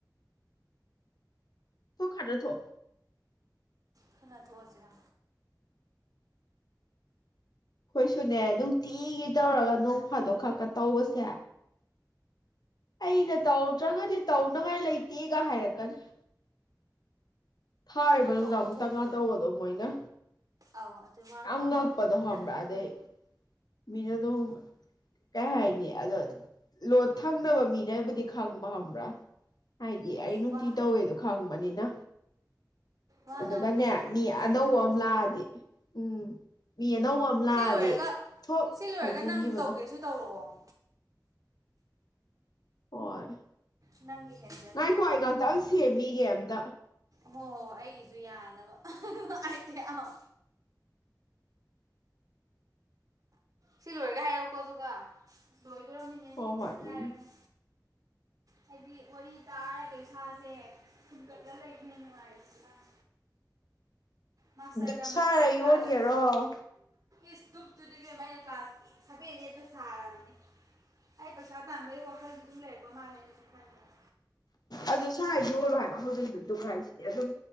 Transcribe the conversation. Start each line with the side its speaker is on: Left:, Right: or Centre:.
Left: ꯇꯣꯛ ꯈꯠꯅꯊꯣꯛ ꯑꯣ
Right: ꯈꯠꯅ ꯊꯣꯛ ꯑꯁꯤꯔꯥ
Left: ꯑꯩꯈꯣꯏ ꯁꯨꯅꯦ ꯅꯨꯡ ꯇꯤꯒꯤ ꯇꯧꯔꯒ ꯅꯣꯡ ꯐꯥꯗꯣꯛ ꯈꯛꯀ ꯇꯧꯕꯁꯦ ꯑꯩꯅ ꯇꯧꯗ꯭ꯔꯒꯗꯤ ꯇꯧꯅꯉꯥꯏ ꯂꯩꯇꯦꯒ ꯍꯥꯏꯔꯛꯀꯅꯤ ꯊꯥꯔꯤꯕ ꯅꯨꯡꯃꯤꯗꯥꯡ
Right: ꯊꯣꯛ ꯑꯣꯟꯊꯣꯛꯄꯤꯗꯣ
Left: ꯑꯃꯨꯛ ꯇꯪ ꯒ ꯇꯧꯕꯗꯣ ꯃꯣꯏꯅ
Right: ꯑꯧ ꯑꯗꯨ ꯋꯥ
Left: ꯌꯥꯝ
Right: ꯉꯥꯡꯕ
Left: ꯉꯛꯄꯗꯣ
Right: ꯍꯩꯕ ꯃꯤꯅ
Left: ꯍꯪꯕ꯭ꯔꯥ ꯑꯗꯩ ꯃꯤꯅ ꯑꯗꯨꯝ ꯀꯩ ꯍꯥꯏꯅꯤ ꯑꯗꯣ ꯔꯨꯝ ꯊꯪꯅꯕ ꯃꯤꯅꯕꯨꯗꯤ ꯈꯪꯕ ꯈꯪꯕ꯭ꯔꯥ ꯍꯥꯏꯗꯤ
Right: ꯍꯣꯏ
Left: ꯑꯩ ꯅꯨꯡꯇꯤ
Right: ꯋꯥ
Left: ꯇꯧꯋꯦꯗꯣ ꯈꯪꯕꯅꯤꯅ
Right: ꯋꯥ
Left: ꯑꯗꯨꯒꯅꯦ
Right: ꯉꯥꯡ ꯍꯩꯕ ꯃꯤꯅ
Left: ꯃꯤ
Right: ꯆꯨꯝ ꯁꯩ
Left: ꯑꯅꯧꯕ
Right: ꯑꯗꯣ
Left: ꯑꯃ ꯂꯥꯛꯑꯗꯤ ꯎꯝ ꯃꯤ ꯑꯅꯧꯕ ꯑꯃ ꯂꯥꯛ
Right: ꯁꯤ ꯂꯣꯏꯔꯒ
Left: ꯑꯗꯤ ꯊꯣꯛ
Right: ꯁꯤ ꯂꯣꯏꯔꯒ
Left: ꯍꯥꯏꯖꯤꯟꯈꯤꯕꯗꯣ
Right: ꯅꯪ ꯇꯧꯒꯦꯁꯨ ꯇꯧꯔꯛꯑꯣ
Left: ꯍꯣꯏ
Right: ꯅꯪꯒꯤ ꯍꯦꯟꯖꯅꯕ
Left: ꯉꯥꯏꯈꯣ ꯑꯩ ꯉꯥꯛꯇꯪ
Right: ꯅꯪ
Left: ꯁꯦꯝꯃꯤꯒꯦ ꯑꯝꯇ
Right: ꯍꯣ ꯍꯣꯏ ꯑꯩ ꯁꯨ ꯌꯥꯅꯕ ꯍꯥ ꯍꯥ ꯍꯥ ꯏꯍꯥ ꯑꯥ ꯁꯤ ꯂꯣꯏꯔꯒ ꯍꯥꯏꯔꯎꯀꯣ ꯑꯗꯨꯒ ꯂꯣꯏ ꯑꯗꯣ ꯃꯤꯅꯠ ꯑꯅꯤ
Left: ꯍꯣꯏ
Right: ꯈꯛ
Left: ꯍꯣꯏ
Right: ꯇꯪ ꯉꯥꯏꯔꯕꯅꯦ
Left: ꯎꯝ
Right: ꯍꯥꯏꯗꯤ ꯋꯥꯔꯤ ꯇꯥꯔꯒ ꯏꯁꯥꯁꯦ ꯄꯨꯟꯒꯠꯂ ꯂꯩꯕꯅ ꯍꯦꯟꯅ ꯅꯨꯡꯉꯥꯏꯔꯦ ꯃꯥꯁꯇꯔ
Left: ꯗꯨꯛ ꯁꯥꯔ
Right: ꯇꯧꯔꯗꯤ ꯂꯥꯏꯔꯤꯛ
Left: ꯌꯣꯟꯒꯦꯔꯣ
Right: ꯄꯥꯔꯁꯤ ꯏꯁ ꯗꯨꯛ ꯑꯩꯅ ꯀ꯭ꯂꯥꯁ ꯁꯚꯦꯟ ꯑꯩꯠꯇ ꯁꯥꯔꯕꯅꯤ ꯑꯩ ꯄꯩꯁꯥ ꯇꯥꯟꯕꯒꯤ ꯋꯥꯈꯜꯗꯤ ꯑꯗꯨꯝ ꯂꯩꯔꯛꯄ ꯃꯥꯜꯂꯦ ꯑꯩꯅ ꯁꯨꯝ ꯈꯟꯕꯗ
Left: ꯑꯗꯨ ꯁꯥꯔ ꯌꯣꯜꯂꯣ ꯍꯥꯏꯕ ꯍꯧꯖꯤꯛꯁꯨ ꯗꯨꯛ ꯍꯥꯏꯁꯤꯗꯤ ꯑꯗꯨꯝ